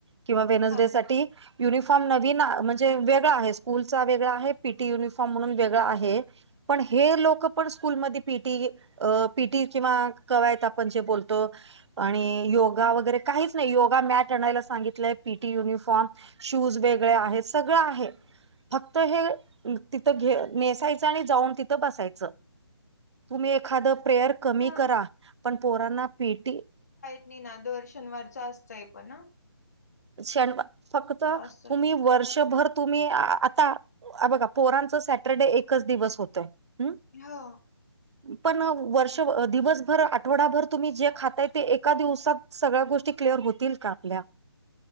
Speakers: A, on the right (about 85°); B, on the left (about 40°).
A: किंवा वेनस्डेसाठी
B: हा ना
A: युनिफॉर्म नवीन म्हणजे वेगळा आहे स्कूलचा वेगळा आहे, पीटी युनिफॉर्म म्हणून वेगळा आहे. पण हे लोक पण स्कूलमध्ये पीटी. अ पीटी किंवा कवायत आपण जे बोलतो. आणि योगा वगैरे काहीच नाही योगा मॅट आणायला सांगितलंय पीटी युनिफॉर्म. शूज वेगळे आहेत सगळं आहे. फक्त हे तिथं घे नेसायचं आणि जाऊन तिथं बसायचं. तुम्ही एखादं प्रेयर कमी
B: हा
A: करा पण पोरांना पिटी
B: आणि ना दर शनिवारच असतंय पण हँ
A: शनवार फक्त
B: असतात
A: तुम्ही
B: ना
A: वर्षभर. तुम्ही आता बघा पोरांच सॅटरडे एकच दिवस होतोय हुं
B: हो
A: पण वर्ष, दिवसभर, आठवडाभर तुम्ही जे खाताय ते एका दिवसात. सगळ्या गोष्टी क्लिअर होतील का आपल्या?